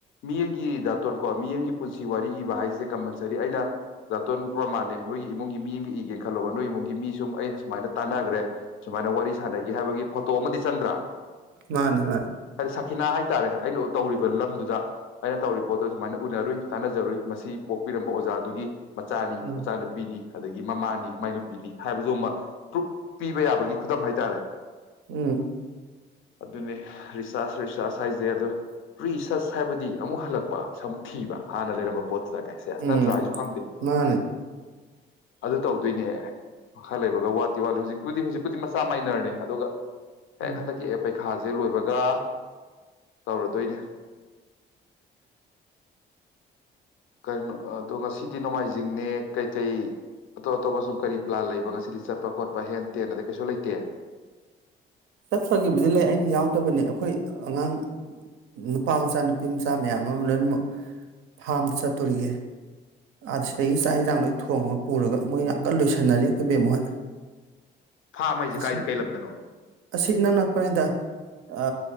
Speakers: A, on the left (about 80°); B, on the right (about 80°).
A: ꯃꯤꯌꯦꯡꯒꯤ ꯗꯥꯇꯣꯟ ꯀꯣ ꯃꯤꯠꯌꯦꯡꯒꯤ ꯄꯨꯟꯁꯤ ꯋꯥꯔꯤ ꯏꯕ ꯍꯥꯏꯁꯦ ꯀꯝꯄꯜꯁꯔꯤ ꯑꯩꯅ ꯗꯥꯇꯣꯟ ꯄ꯭ꯔꯃꯥꯟꯅꯦ ꯅꯣꯏꯒꯤ ꯏꯃꯨꯡꯒꯤ ꯃꯤ ꯑꯃꯒ ꯏꯒꯦꯅ ꯈꯜꯂꯣꯕ ꯅꯣꯏ ꯏꯃꯨꯡꯒꯤ ꯃꯤ ꯁꯨꯝ ꯑꯩꯅ ꯃꯥꯏꯅ ꯇꯥꯟꯅꯈ꯭ꯔꯦ ꯁꯨꯃꯥꯏꯅ ꯋꯥꯔꯤ ꯁꯥꯟꯅꯒꯦ ꯍꯥꯏꯕꯒꯤ ꯄꯣꯠ ꯇꯣ ꯑꯃꯗꯤ ꯆꯪꯗ꯭ꯔꯥ
B: ꯃꯥꯅꯤ ꯃꯥꯅꯤ
A: ꯁꯈꯤꯅꯥ ꯍꯥꯏꯇꯥꯔꯦ ꯑꯩꯅ ꯇꯧꯔꯤꯕ ꯂꯝꯗꯨꯗ ꯑꯩꯅ ꯇꯧꯔꯤꯕ ꯄꯣꯠꯇꯨ ꯁꯨꯃꯥꯏꯅ ꯎꯅꯔꯨꯏ ꯇꯥꯟꯅꯖꯔꯨꯏ ꯃꯁꯤ ꯄꯣꯛꯄꯤꯔꯝꯕ ꯑꯣꯖꯥꯗꯨꯒꯤ ꯃꯆꯥꯅꯤ
B: ꯎꯝ
A: ꯃꯆꯥꯅꯨꯄꯤꯅꯤ ꯑꯗꯨꯒꯤ ꯃꯃꯥꯅꯤ ꯃꯥꯍꯨꯝꯅꯤ ꯍꯥꯏꯕꯗꯨꯃ ꯄ꯭ꯔꯨꯞ ꯄꯤꯕ ꯌꯥꯕꯒꯤ ꯈꯨꯗꯝ ꯍꯥꯏꯇꯥꯔꯦ
B: ꯎꯝ
A: ꯑꯗꯨꯅꯦ ꯔꯤꯁꯥꯔꯁ ꯍꯥꯏꯁꯦ ꯑ ꯔꯤꯆꯥꯔꯁ ꯍꯥꯏꯕꯗꯤ ꯑꯃꯨꯛ ꯍꯜꯂꯛꯄ ꯑꯃꯨꯛ ꯊꯤꯕ ꯍꯥꯟꯅ ꯂꯩꯔꯝꯕ ꯄꯣꯠꯇꯨꯗ ꯀꯥꯏꯁꯦ ꯅꯠꯇ꯭ꯔꯣ
B: ꯎꯝ
A: ꯑꯩꯁꯨ ꯈꯪꯗꯦ
B: ꯃꯥꯅꯦ
A: ꯑꯗꯨ ꯇꯧꯗꯣꯏꯅꯦ ꯃꯈꯥ ꯂꯩꯕ ꯇꯤꯋꯥꯜ ꯍꯧꯖꯤꯛꯄꯨꯗꯤ ꯍꯧꯖꯤꯛꯄꯨꯗꯤ ꯃꯆꯥ ꯃꯥꯏꯅꯔꯅꯦ ꯑꯗꯨꯒ
B: ꯎꯝ
A: ꯍꯦꯛ ꯍꯟꯗꯛꯀꯤ ꯍꯦꯛ ꯄꯩꯈꯥꯁꯦ ꯂꯣꯏꯕꯒ ꯇꯧꯔꯗꯣꯏꯅꯦ ꯀꯔꯤꯅꯣ ꯑꯗꯣ ꯉꯁꯤꯗꯤ ꯅꯣꯡꯃꯥꯏꯖ ꯤꯡꯅꯦ ꯀꯩꯀꯩ ꯑꯇꯣꯞ ꯑꯇꯣꯞꯄ ꯁꯨꯝ ꯀꯔꯤ ꯄ꯭ꯂꯥꯟ ꯂꯩꯕ ꯉꯁꯤꯗꯤ ꯆꯠꯄ ꯈꯣꯠꯄ ꯍꯦꯟ ꯇꯦꯟꯗꯗꯤ ꯀꯩꯁꯨ ꯂꯩꯇꯦ
B: ꯆꯠꯄꯒꯤꯕꯨꯗꯤ ꯂꯩ ꯑꯩꯅ ꯌꯥꯎꯗꯕꯅꯦ ꯑꯩꯈꯣꯏ ꯑꯉꯥꯡ ꯅꯨꯄꯥ ꯃꯆꯥ ꯅꯨꯄꯤ ꯃꯆꯥ ꯃꯌꯥꯝ ꯑꯃ ꯂꯣꯏꯅꯃꯛ ꯐꯥꯔꯝꯗ ꯆꯠꯇꯣꯔꯤꯑꯦ ꯑꯣ ꯁꯤꯗꯒꯤ ꯆꯥꯛ ꯌꯦꯟꯁꯥꯡ ꯂꯣꯏ ꯊꯣꯡꯉꯒ ꯄꯨꯔꯒ ꯃꯣꯏ ꯌꯥꯝ ꯀꯟꯅ ꯂꯣꯏꯁꯟꯅꯔꯤ ꯑꯩꯈꯣꯏ ꯕꯦꯝꯃ ꯍꯣꯏ
A: ꯐꯥꯝ ꯍꯥꯏꯁꯦ
B: ꯑꯁꯤ
A: ꯀꯥꯏ ꯀꯩ ꯂꯝꯗꯅꯣ
B: ꯑꯁꯤ ꯏꯅꯛ ꯅꯛꯄꯅꯤꯗ ꯑ